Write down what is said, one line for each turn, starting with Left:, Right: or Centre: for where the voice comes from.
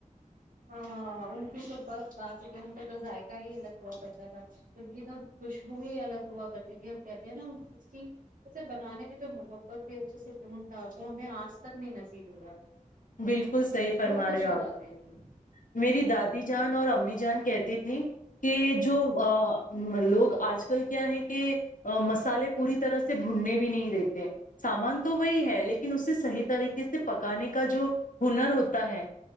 Right: ہاں ہاں ان کی تو بس بات ہی ہے ان کا تو ذائقہ ہی الگ ہوا کرتا تھا ان کی تو خوشبو ہی الگ ہوا کرتی تھی ہم کہتے ہیں نا اس کی اسے بنانے میں جو محبت تھی سکون تھا وہ ہمیں آج تک نہیں نصیب رہا
Left: بالکل صحیح فرما
Right: روح خوش
Left: رہے
Right: ہو
Left: آپ
Right: جاتی تھی
Left: میری دادی جان اور امی جان کہتی تھی کہ جو لوگ آج کل کیا ہے کہ مسالے پوری طرح سے بھننے بھی نہیں دیتے سامان تو وہی ہے لیکن اسے صحیح طریقے سے پکانے کا جو ہنر ہوتا ہے